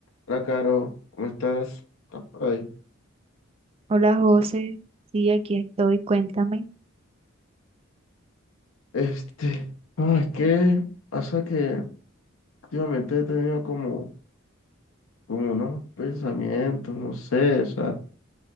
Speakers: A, on the left (about 75°); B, on the right (about 30°).
A: Hola, Caro, ¿cómo estás? ¿Estás por ahí?
B: Hola José, sí, aquí estoy, cuéntame.
A: Este, no, es que pasa que últimamente he tenido como, como unos pensamientos, no sé, o sea,